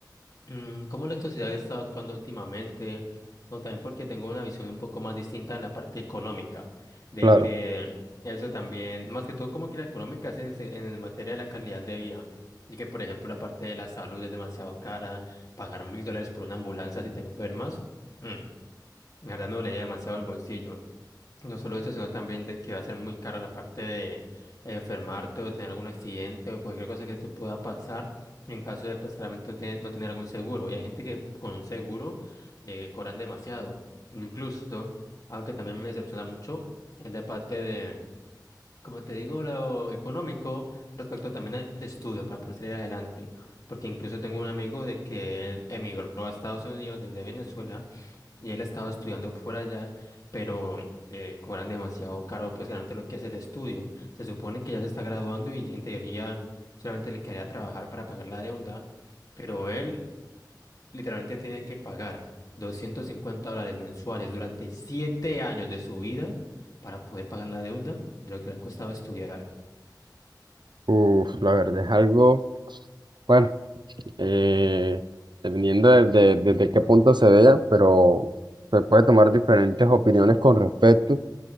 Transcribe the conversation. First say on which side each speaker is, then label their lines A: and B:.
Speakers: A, on the left; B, on the right.
A: mm, cómo la sociedad está actuando últimamente, o también porque tengo una visión un poco más distinta en la parte económica, de
B: Claro,
A: que eso también, más que todo como que la económica es en, se- en materia de la calidad de vida, y que por ejemplo la parte de la salud es demasiado cara, pagar mil dólares por una ambulancia si te enfermas, mm, la verdad me dolería demasiado el bolsillo. No solo eso, sino también de que va a ser muy caro la parte de enfermarte o tener algún accidente o cualquier cosa que te pueda pasar en caso de, pues, claramente no tener, no tener algún seguro. Y hay gente que con un seguro le cobran demasiado. Incluso, algo que también me decepciona mucho es la parte como te digo, lo económico respecto también al estudio para poder salir adelante, porque incluso tengo un amigo de que él emigró a Estados Unidos desde Venezuela y él ha estado estudiando por allá, pero eh, cobran demasiado caro, pues realmente lo que es el estudio. Se supone que ya se está graduando y en teoría solamente le quedaría trabajar para pagar la deuda, pero él literalmente tiene que pagar 250 dólares mensuales durante siete años de su vida para poder pagar la deuda de lo que le ha costado estudiar.
B: uf, la verdad es algo, bueno, eh, dependiendo de, de- desde qué punto se vea, pero se puede tomar diferentes opiniones con respecto.